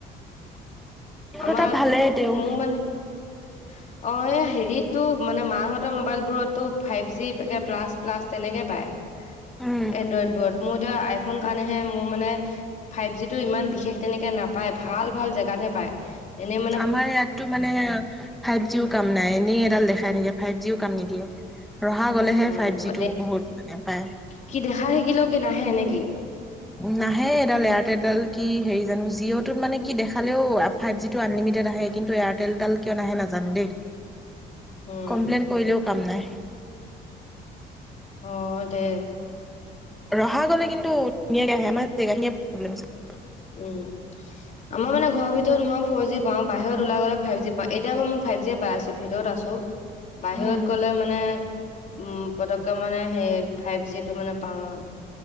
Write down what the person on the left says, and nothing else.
<inaudible>
আমাৰ
মোৰ মানে <inaudible> অঁ এই হেৰিতটো মানে মাহঁতৰ মোবাইলবোৰতটো ফাইভ জি <unintelligible> প্লাছ-প্লাছ তেনেকে পায়। <unintelligible>
এনড্ৰইডবোৰত মোৰ এতিয়া আইফোন কাৰণেহে মোৰ মানে ফাইভজিটো ইমান বিশেষ তেনেকে নাপায়। ভাল-ভাল জেগাত হে পায়। এনে <unintelligible>
উম
দে
কি দেখাই থাকিলেও কি নাহে নে কি? <unintelligible>
<unintelligible> উম।
অঁ দে <unintelligible>
উম! <inaudible> আমাৰ মানে ঘৰ ভিতৰত মই ফৰজি পাওঁ, বাহিৰত ওলাই গ'লে ফাইভজি পাওঁ। এতিয়া বাৰু মই ফাইভজিয়ে পাই আছোঁ, ভিতৰত আছোঁ। <unintelligible> <unintelligible> ত বাহিৰত
গলে মানে উম পতককে মানে সেই ফাইভজিটো মানে পাওঁ আওঁ। <unintelligible>